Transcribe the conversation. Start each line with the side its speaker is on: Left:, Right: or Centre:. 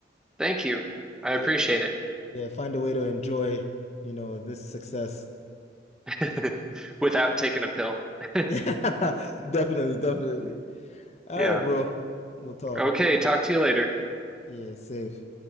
Centre: thank you. I
Left: Yeah,
Centre: appreciate
Left: yeah. Yeah, find a way to enjoy, you know, this success.
Centre: it. <laughs> Without taking a pill. <laughs>
Left: <laughs> Definitely, definitely. All
Centre: Yeah.
Left: right, bro. We'll talk.
Centre: Okay, talk to you later.
Left: Yeah, safe.